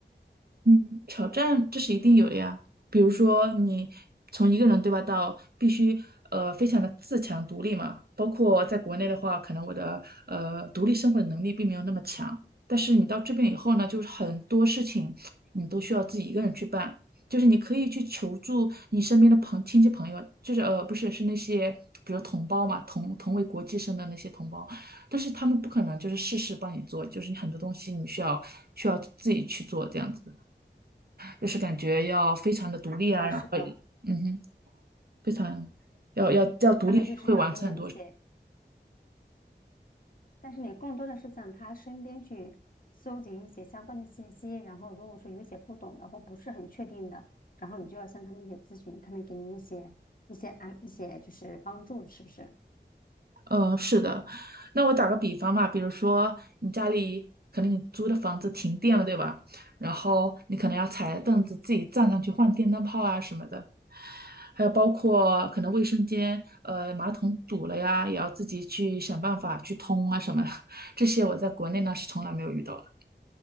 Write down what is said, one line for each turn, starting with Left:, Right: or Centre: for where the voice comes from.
Right: 嗯，挑战这是一定有的呀。比如说你从一个人对吧，到必须呃非常的自强独立嘛。包括在国内的话，可能我的呃独立生活的能力并没有那么强，但是你到这边以后呢，就是很多事情你都需要自己一个人去办。就是你可以去求助你身边的朋亲戚朋友，就是呃不是是那些比如同胞嘛，同同为国际生的那些同胞，但是他们不可能就是事事帮你做，就是你很多东西你需要需要自己去做这样子。就是感觉要非常的独立啊，
Left: 嗯，
Right: 然后
Left: 是的，
Right: 嗯哼，非常要要要独立学会完成很多事。
Left: 他们就是要给你一些。但是你更多的是向他身边去搜集一些相关的信息，然后如果说有一些不懂的或不是很确定的，然后你就要向他们一些咨询，他们给你一些一些安一些就是帮助，是不是？
Right: 嗯，是的。那我打个比方嘛，比如说你家里可能你租的房子停电了，对吧？然后你可能要踩着凳子自己站上去换电灯泡啊什么的，还有包括可能卫生间呃马桶堵了呀，也要自己去想办法去通啊什么的。<laughs> 这些我在国内呢是从来没有遇到的。